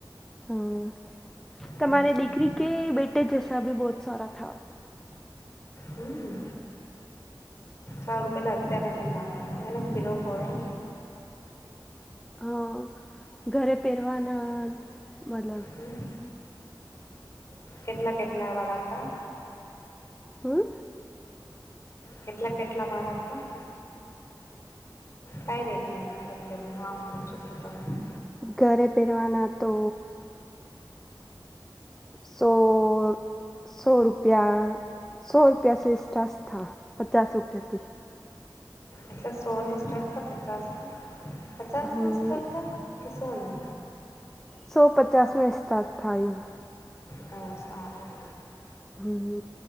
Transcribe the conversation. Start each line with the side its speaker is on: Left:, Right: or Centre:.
Centre: હમ્મ.
Left: હમ
Centre: તમારે દીકરી કે બેટે જૈસા ભી બહોત સારા થા.
Left: હમ્મ. સારું પેલા અત્યારે અમે લાવવાનું એ ફિરો કોય.
Centre: અ ઘરે પેરવાના મતલબ.
Left: હમ કેટલા કેટલા વાળા હતા.
Centre: હમ્મ.
Left: કેટલા કેટલા વાળા હતા. કાંઈ રેટને ના થાય એટલે હું આમ પૂછું છું તમને.
Centre: ઘરે પહેરવાના તો. સો સો રૂપિયા સો રૂપિયા સ સ્ટાસ થા પચાસ રૂપિયાથી.
Left: એટલે સોની સ્ટાર્ટ થાય કે પચાસની પચાસની
Centre: હમ
Left: થી સ્ટાર્ટ થાય કે સોની.
Centre: સો પચાસમે સ્ટાર્ટ થાયું.
Left: તો સારું.
Centre: હમ્મ.